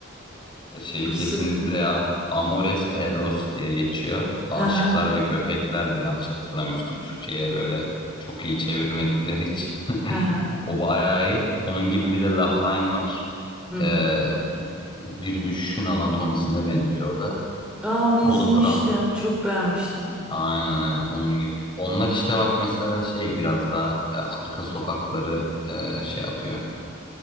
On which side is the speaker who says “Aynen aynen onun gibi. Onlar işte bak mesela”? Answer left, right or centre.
Left